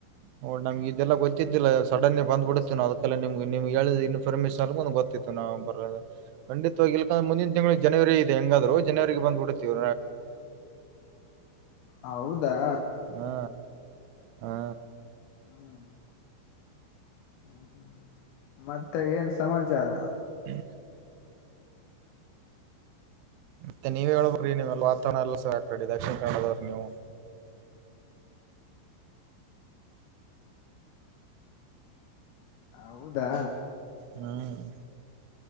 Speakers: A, on the right; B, on the left.
A: ಹ ನಮ್ಗೆ ಇದೆಲ್ಲ ಗೊತ್ತಿದ್ದಿಲ್ಲ ಸಡನ್ನೇ ಬಂದ್ ಬಿಡುತ್ತ ನ ಅದಕ್ಕೆಲ್ಲ ನಿಮ್ಗೆ ಹೇಳಿದ ಇನ್ಫರ್ಮೇನ್ಲ್ಗು ಗೊತ್ತತ್ತು ನಾವು ಬರ ಖಂಡಿತವಾಗಿ ಇಲ್ಕ ಮುಂದಿನ ತಿಂಗಳು ಜನವರಿ ಇದೆ ಹೆಂಗಾದ್ರು ಜನವರಿಗೆ ಬಂದ್ಬಿಡ್ತ್ತವ
B: ಹೌದಾ
A: ಹಾ ಹಾ
B: ಹ್ಮ್ ಹ್ಮ್ ಹ್ಮ್ ಮತ್ತೆ ಏನು ಸಮಾಚಾರ?
A: ಹ್ಮ ಮತ್ತೆ ನೀವೇ ಹೇಳಬರ್ರೀ ನೀವು ವಾತಾವರಣ ಅಲ್ಲ ಸ ಆಕ ಕಡಿ ದಕ್ಷಿಣ ಕನ್ನಡದವ್ರರು ನೀವು
B: ಹೌದಾ?
A: ಹ್ಮ್